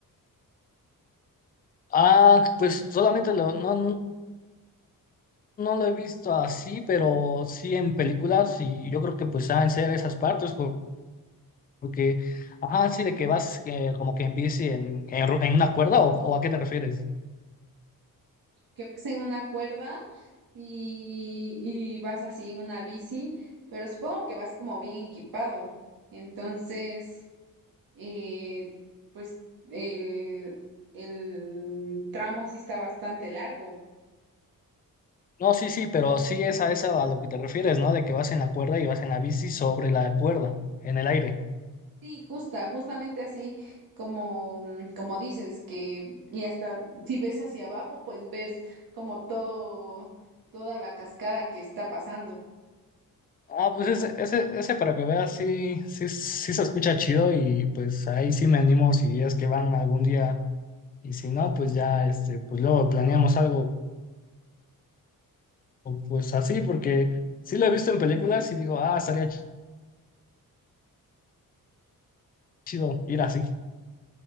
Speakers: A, on the left; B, on the right.
A: Ah, pues solamente lo, no, no no lo he visto así, pero sí en películas y yo creo que pues han ser esas partes por- porque, ajá, sí de que vas eh, como que en bici en, en, ru- en una cuerda o o ¿a qué te refieres?
B: que vas en una cuerda y, y vas así en una bici, pero supongo que vas como bien equipado. Entonces, eh, pues el, el tramo sí está bastante largo.
A: No, sí, sí, pero sí es a eso a lo que te refieres, ¿no? De que vas en la cuerda y vas en la bici sobre la cuerda, en el aire.
B: Sí, justa, justamente así como, mm, como dices, que y hasta si ves hacia abajo, pues ves como todo, toda la cascada que está pasando.
A: Ah, pues ese, ese, ese para que veas, sí, sí, sí se escucha chido y pues ahí sí me animo si es que van algún día y si no, pues ya, este, pues luego planeamos algo pues así porque sí lo he visto en películas y digo, ah, estaría ch- chido ir así.